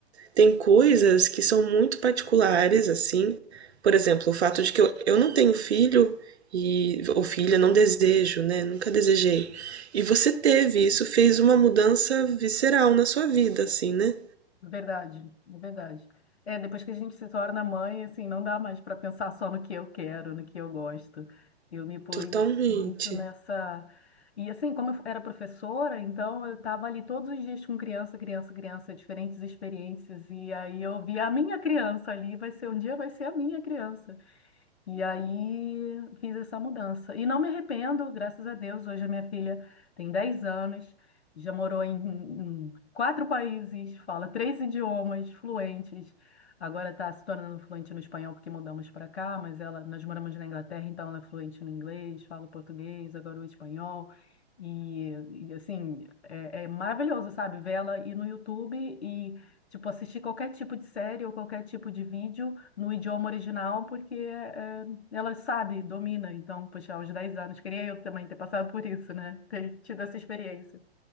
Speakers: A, on the right; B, on the left.
A: tem coisas que são muito particulares, assim. Por exemplo, o fato de que eu, eu não tenho filho e ou filha, não desejo, né? Nunca desejei. E você teve, isso fez uma mudança visceral na sua vida, assim, né?
B: verdade, é verdade. É, depois que a gente se torna mãe, assim, não dá mais para pensar só no que eu quero, no que eu gosto. Eu me pus
A: Totalmente.
B: muito nessa. E assim, como eu era professora, então eu estava ali todos os dias com criança, criança, criança, diferentes experiências. E aí eu via a minha criança ali, vai ser um dia, vai ser a minha criança. E aí fiz essa mudança. E não me arrependo, graças a Deus. Hoje a minha filha tem 10 anos, já morou em, em quatro países, fala três idiomas fluentes. Agora está se tornando fluente no espanhol porque mudamos para cá, mas ela, nós moramos na Inglaterra, então ela é fluente no inglês, fala o português, agora o espanhol. E, e, assim, é, é maravilhoso, sabe? Ver ela ir no YouTube e, tipo, assistir qualquer tipo de série ou qualquer tipo de vídeo no idioma original, porque eh, ela sabe, domina. Então, poxa, aos 10 anos, queria eu também ter passado por isso, né? Ter tido essa experiência.